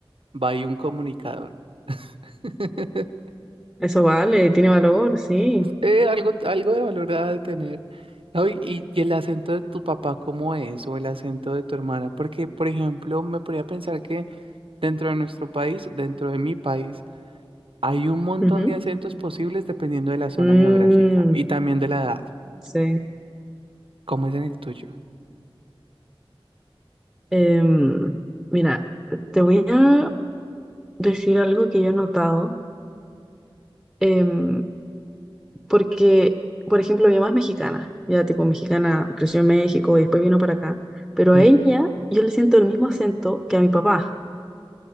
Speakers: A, on the right (about 70°); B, in the centre.
A: va ahí un comunicador. <laughs>
B: Eso vale, tiene valor, sí.
A: Eh, algo, algo de valor ha de tener. Ay, y, y el acento de tu papá, ¿cómo es? O el acento de tu hermana. Porque, por ejemplo, me podría pensar que dentro de nuestro país, dentro de mi país, Hay un montón
B: Ujú.
A: de acentos posibles dependiendo de la zona
B: Mm,
A: geográfica y también de la edad,
B: sí.
A: como es en el tuyo.
B: Em, mira, te voy a decir algo que yo he notado, em, porque, por ejemplo, mi mamá es mexicana, ya tipo mexicana, creció en México y después vino para acá, pero
A: Ujú.
B: a ella yo le siento el mismo acento que a mi papá,